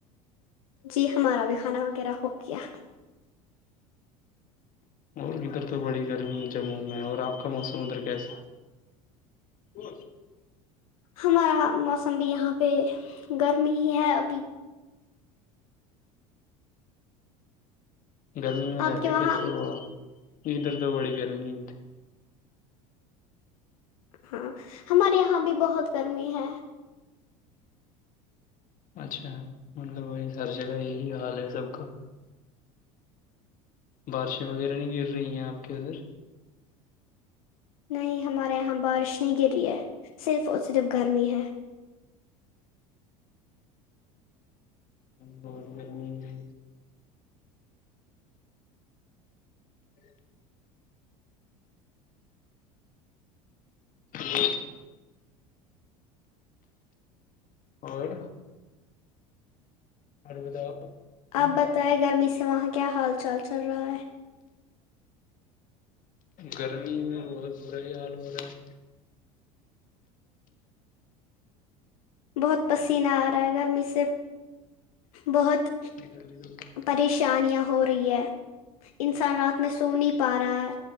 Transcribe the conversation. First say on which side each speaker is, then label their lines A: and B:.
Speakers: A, on the left; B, on the left.
A: جی ہمارا بھی کھانا وغیرہ ہو گیا
B: اور ادھر تو بڑی گرمی ہے جموں میں اور آپ کا موسم ادھر کیسے ہو
A: ہمارا موسم بھی یہاں پہ گرمی ہی ہے ابھی
B: گرمی میں
A: آپ
B: رہتے
A: کے وہاں
B: کیسے وہ ادھر تو بڑی گرمی ہوتی
A: ہاں ہمارے یہاں بھی بہت گرمی ہے
B: اچھا مطلب یہ ہر جگہ یہی حال ہے سب کا بارشیں وغیرہ نہیں گر رہی ہیں آپ کے ادھر
A: نہیں ہمارے یہاں بارش نہیں گری ہے صرف اور صرف گرمی ہے
B: بہت گرمی ہے ع و جی اور ا بتاؤ
A: آپ بتائیں گرمی سے وہاں کیا حال چال چل رہا ہے
B: گرمی میں بہت برا ہی حال ہو رہا ہے
A: بہت پسینہ آ رہا ہے گرمی سے بہت
B: ہے گرمی تو
A: پریشانیاں ہو رہی ہے انسان رات میں سو نہیں پا رہا ہے